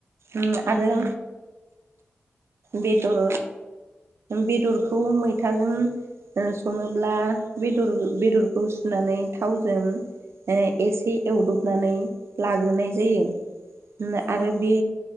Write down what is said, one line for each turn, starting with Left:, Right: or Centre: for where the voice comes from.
Right: ओम
Left: उम
Right: आरो।
Left: उम
Right: बेदर बेदरखौ मैथाजों। ओ सङोब्ला बेदर बेदरखौ सुनानै थावजों ओ एसे एवदबनानै लाग्रोनाय जायो।
Left: औ
Right: आरो बे